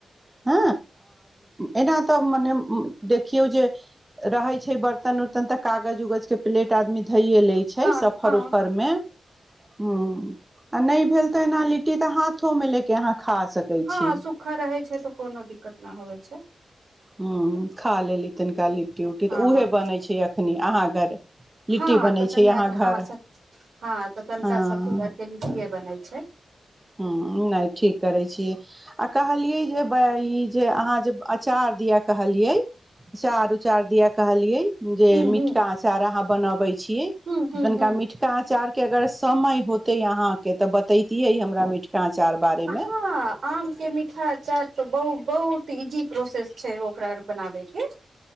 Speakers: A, on the right; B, on the right.
A: ह एना मने देखियौ जे रहै छै बर्तन उर्तन तऽ कागज उगज के प्लेट आदमी धइए लै छै
B: हँ
A: सफर
B: हँ
A: उफरमे हँ आ नहि भेल तऽ एना लिट्टी तऽ हाथ मिलेके अहाँ खा सकै
B: हँ
A: छी
B: सुूखा रहै छै तऽ कोनो दिक्कत नहि होइ छै
A: ह खा लेली तनिका लिट्टी उट्टी
B: हँ
A: तऽ उऊहे बनैत छै अखनी हाँ घर लिट्टी
B: हँ
A: बनै
B: तऽ तनि
A: छै अहाँ
B: आज हँ
A: घर
B: हँ तऽ तनिका
A: हँ
B: सबकू घरके लिट्टीए बनै छै
A: ह नहि ठीक करै छीय आ कहलियै जे ई जे अहाँ जे अचार दिया कहलियेच चार द कहलियै जे
B: हूं
A: मिटका
B: हूं
A: आचार अहाँ बनाबे छियै
B: हूं हूं
A: तनिका
B: हूं
A: मिटका आचार के अगर समय होते अहाँ के तऽ बतेैतिये हम मिटका अचार बारे मे
B: हँ आम के मिठाइ सर तऽ बहुत बहुत इजी प्रोसेस छै ओकरा बनाबेके